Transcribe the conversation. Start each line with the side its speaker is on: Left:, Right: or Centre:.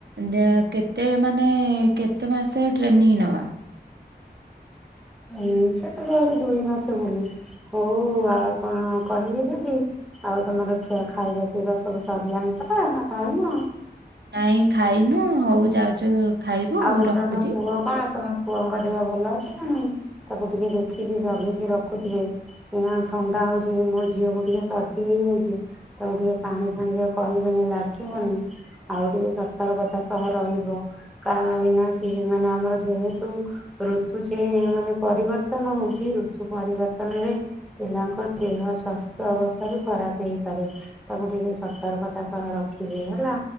Right: ଦ କେତେ ମାନେ କେତେ ମାସ ଟ୍ରେନିଙ୍ଗ ନବା।
Centre: ହୁଁ ସେ ତ କହିଲେ ଦୁଇ ମାସ ବୋଲି। ହଉ ଆଉ କଣ କହିବି ଯେ ଆଉ ତମର ଖେ ଖାଇବା ପିଇବା ସବୁ ସରିିଲଆଣି ପ ନା ଖାଇନ।
Right: ନାଇଁ ଖାଇନୁ ହଉ ଯାଉଛୁ। ଖାଇବୁ
Centre: ଆଉ
Right: ହଉ ରଖୁଛି।
Centre: ତମ ପୁଅ କଣ ତମ ପୁଅଙ୍କ ଦେହ ଭଲ ଅଛି ନା ନାଇଁ ତାକୁ ଟିକେ ଦେଖିକି ଜଗିକି ରଖୁଥିବେ ଏ ଥଣ୍ଡା ହଉଛି ମୋ ଝିଅକୁ ଟିକେ ସର୍ଦି ହେଇଯାଇଛି ତାକୁ ଟିକେ ପାଣି ଫାଣିରେ କହିବେନି ଲାଗିବନି ଆଉ ଟିକେ ସତର୍କତା ର ସହ ରହିବ। କାରଣ ଏଇନା ସେ ହେଇଯିବ ନା ଆମର ଯେହେତୁ ଋତୁ ଚେ ମାନେ ପରିବର୍ତ୍ତନ ହଉଛି ଋତୁ ପରିବର୍ତନରେ ପିଲାଙ୍କ ଦେହ ସ୍ୱାସ୍ଥ୍ୟ ଅବସ୍ଥା ବି ଖରାପ ହେଇପାରେ ତାକୁ ଟିକେ ସତର୍କତା ସହ ରଖିବେ ହେଲା।